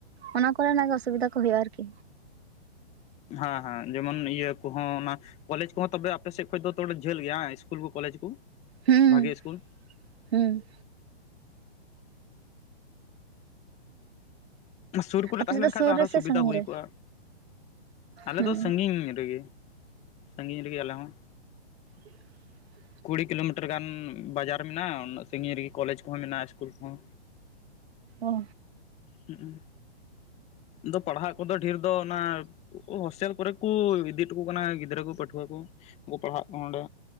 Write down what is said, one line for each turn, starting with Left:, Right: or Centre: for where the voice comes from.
Right: ᱚᱱᱟ ᱠᱚ ᱨᱮᱱᱟᱜ ᱜᱮ ᱚᱥᱩᱵᱤᱫᱟ ᱠᱚ ᱦᱩᱭᱩᱜᱼᱟ ᱟᱨᱠᱤ
Left: ᱦᱮᱸ ᱦᱮᱸ, ᱡᱮᱢᱚᱱ ᱤᱭᱟᱹ ᱠᱚᱦᱚᱸ ᱚᱱᱟ ᱠᱚᱞᱮᱡᱽ ᱠᱚᱦᱚᱸ ᱛᱚᱵᱮ ᱟᱯᱮ ᱥᱮᱫ ᱠᱷᱚᱡ ᱫᱚ ᱛᱚᱲᱟ ᱡᱷᱟᱹᱞ ᱜᱮᱭᱟ ᱥᱠᱩᱞ ᱠᱚᱞᱮᱡᱽ ᱠᱚ?
Right: ᱦᱩᱸ
Left: ᱜᱮ ᱥᱠᱩᱞ᱾
Right: ᱦᱩᱸ᱾
Left: ᱚᱱᱟ ᱥᱩᱨ ᱠᱚᱨᱮ
Right: ᱟᱯᱮ
Left: ᱛᱟᱦᱮᱸ
Right: ᱥᱮᱫ
Left: ᱞᱮᱱ ᱠᱷᱟᱡ
Right: ᱥᱩᱨ
Left: ᱫᱚ ᱟᱨᱦᱚᱸ
Right: ᱨᱮ ᱥᱮ
Left: ᱥᱩᱵᱤᱫᱷᱟ
Right: ᱥᱟᱺᱜᱤᱧ
Left: ᱦᱩᱭ
Right: ᱨᱮ
Left: ᱠᱚᱜᱼᱟ ᱟᱞᱮ
Right: ᱦᱩᱸ
Left: ᱫᱚ ᱥᱟᱺᱜᱤᱧ ᱨᱮᱜᱮ᱾ᱥᱟᱺᱜᱤᱧ ᱨᱮᱜᱮ ᱟᱞᱮ ᱦᱚᱸ
Right: <inaudible>
Left: ᱠᱩᱲᱤ ᱠᱤᱞᱳᱢᱤᱴᱟᱨ ᱜᱟᱱ ᱵᱟᱡᱟᱨ ᱢᱮᱱᱟᱜᱼᱟ, ᱩᱱᱟᱹᱜ ᱥᱟᱺᱜᱤᱧ ᱨᱮᱜᱮ ᱠᱚᱞᱮᱡᱽ ᱠᱚᱦᱚᱸ ᱢᱮᱱᱟᱜᱼᱟ ᱤᱥᱠᱩᱞ ᱠᱚᱦᱚᱸ
Right: ᱚ
Left: ᱦᱩᱜ-ᱩ, ᱟᱫᱚ ᱯᱟᱲᱦᱟᱜ ᱠᱚᱫᱚ ᱰᱷᱮᱨ ᱫᱚ ᱚᱱᱟ ᱦᱳᱥᱴᱮᱞ ᱠᱚᱨᱮ ᱠᱚ ᱤᱫᱤ ᱦᱚᱴᱚ ᱠᱟᱱᱟ ᱜᱤᱫᱽᱨᱟᱹ ᱠᱚ ᱯᱟᱹᱴᱷᱩᱣᱟᱹ ᱠᱚ, ᱩᱱᱠᱩ ᱯᱟᱲᱦᱟᱜ ᱠᱟᱱᱟ ᱚᱸᱰᱮ